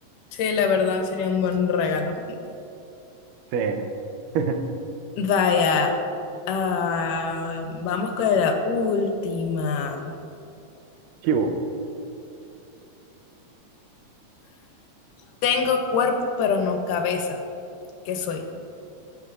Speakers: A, on the left; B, on the right.
A: Sí, la verdad, sería un buen regalo.
B: Sí. <laughs>
A: Vaya, ah, vamos con la última.
B: Chivo,
A: Tengo cuerpo, pero no cabeza. ¿Qué soy?